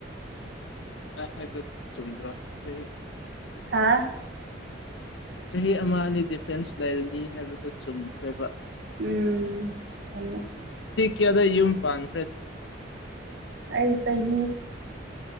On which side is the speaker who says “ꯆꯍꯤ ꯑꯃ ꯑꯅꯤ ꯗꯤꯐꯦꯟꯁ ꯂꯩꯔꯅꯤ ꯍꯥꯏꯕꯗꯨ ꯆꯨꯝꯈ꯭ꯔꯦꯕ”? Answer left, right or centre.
Left